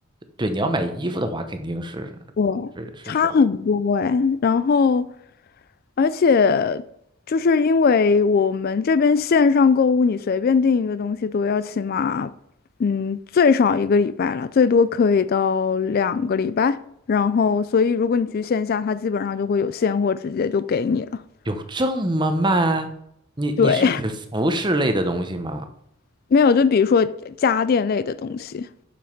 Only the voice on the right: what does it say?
对，你要买衣服的话，肯定是
是是是，
有这么慢？你你是指服饰类的东西吗？